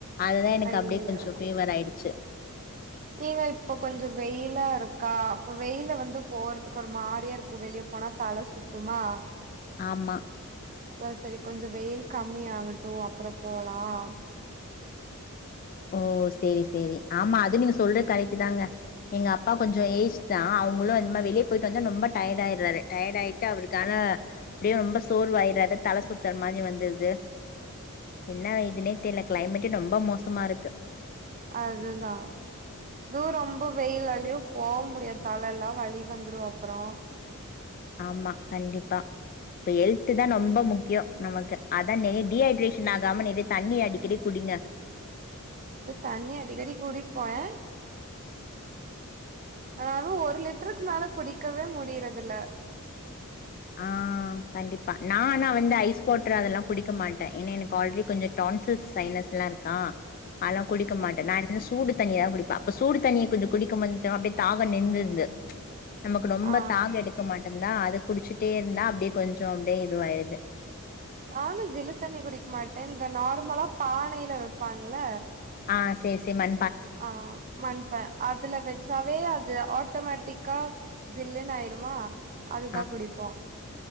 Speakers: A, on the left; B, on the right.
A: அதுதான் எனக்கு
B: ஐயோ
A: அப்டியே கொஞ்சம் ஃபீவர் ஆயிடுச்சு
B: <unintelligible> இப்ப கொஞ்சம் வெயிலா இருக்கா அப்ப வெயில வந்து போறதுக்கு ஒரு மாரியா இருக்கும் வெளியே போனா தல சுத்துமா
A: ஆமா
B: அப்ப செரி கொஞ்சம் வெயில் கம்மியாகட்டும் அப்றம் போலாம்
A: ஓ செரி செரி ஆமா அதுவும் நீங்க சொல்றது கரெக்ட் தாங்க எங்க அப்பா கொஞ்சம் ஏஜ் தான் அவங்களும் அந்த மாறி வெளிய போயிட்டு வந்தா ரொம்ப டயர்ட் ஆயிறாரு டயர்ட் ஆயிட்டு அவருக்காக அப்டியே ரொம்ப சோர்வாயிறாறு தல சுத்தற மாரி வந்துறுது என்ன இதுனே தெரில கிளைமேட்டே ரொம்ப மோசமா இருக்கு
B: அதுதான் தூ ரொம்ப வெயிலாலயும் போவ முடியாது தலல்லா வழி வந்துடும் அப்ரோ
A: ஆமா கண்டிப்பா இப்ப ஹெல்து தா நொம்ப முக்கியோ நமக்கு அதா நெறைய டீஹைட்ரேஷன் ஆகாம நெறைய தண்ணி அடிக்கடி குடிங்க
B: உ தண்ணி அடிக்கடி கூடிப்பே ஆனாலும் ஒரு லிட்டருக்கு மேல குடிக்கவே முடியறதுல
A: ஆ கண்டிப்பா நான் ஆனா வந்து ஐஸ் வாட்று அதெல்லா குடிக்க மாட்டே ஏன்னா எனக்கு ஆல்ரெடி கொஞ்ச டான்சஸ் சைனஸ் எல்லா இருக்கா அதெல்லா குடிக்க மாட்டே
B: அப்
A: நா என்ன சூடு தண்ணியா குடிப்பே அப்ப சூடு தண்ணிய கொஞ்சம் குடிக்கும் முந்து அப்டியே தாகம் நின்றுருந்து நமக்கு ரொம்ப
B: ஆ
A: தாகம் எடுக்க மாட்டேந்தா அத குடிச்சுட்டே இருந்தா அப்டியே கொஞ்சம் அப்டியே இதுவாயிடுது
B: நானும் ஜில்லு தண்ணி குடிக்க மாட்டேன் இந்த நார்மலா பானையில வெப்பாங்கல்ல
A: ஆ செரி செரி ம
B: ஆ மண்பா அதுல வச்சாவே அது ஆட்டோமேட்டிக்கா ஜில்லுன்னு ஆய்டுமா அதுதா
A: ஆ
B: குடிப்போ